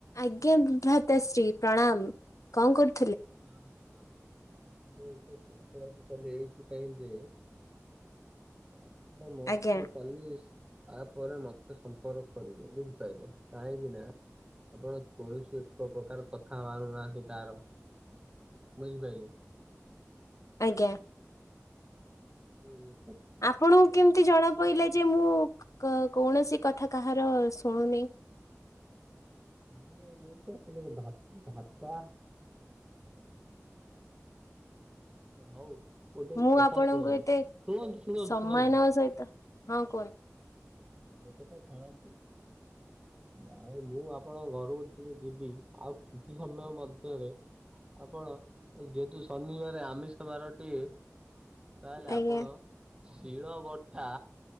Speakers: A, on the left; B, on the right.
A: ଆଜ୍ଞା ଭ୍ରାତଶ୍ରୀ ପ୍ରଣାମ କଣ କରୁ
B: ହଁ ବ ମୁଁ ଆପ ଏ ସଂପର୍କ କଲେ ଏଇଥିପାଇଁ ଯେ ହଁ ମତେ
A: ଆଜ୍ଞା
B: କାଲି ତା ପରେ ମତେ ତ ସମ୍ପର୍କ କରିବେ ବୁଝିପାରିଲେ କାହିଁକିନା ଆପଣ କୌଣସି ଏକ ପ୍ରକାର କଥା ମାରୁନାହାନ୍ତି ତାର ମଝି ଭାଇିଲ
A: ଆଜ୍ଞା
B: ହଁ ହ
A: ଆପଣଙ୍କୁ କେମିତି ଜଣା ପଡିଲା ଯେ ମୁଁ କୌଣସି କଥା କାହାର ଶୁଣୁନି
B: ମୁ ମୁଁ ଭା ହଉ ଗୋଟେ
A: ମୁଁ
B: କଥା
A: ଆପଣଙ୍କୁ
B: ଶୁଣନ୍ତୁ
A: ଏତେ
B: ଶୁଣନ୍ତୁ ଶୁଣନ୍ତୁ
A: ସମ୍ମାନ
B: ଶୁଣନ୍ତୁ
A: ସହିତ ହଁ କୁହନ୍ତୁ
B: ଏବେ ତ ଛାଣନ୍ତୁ ଆଉ ମୁଁ ଆପଣ ଘରକୁିତି ଯିବି ଆଉ କିଛି ସମୟ ମଧ୍ୟରେ ଆପଣ ଏ ଯେହେତୁ ଶନିବାର ଆମିଷ ବାରଟିଏ ତାହେଲେ ଆପଣ
A: ଆଜ୍ଞା
B: ଶିଳ ବର୍ଷା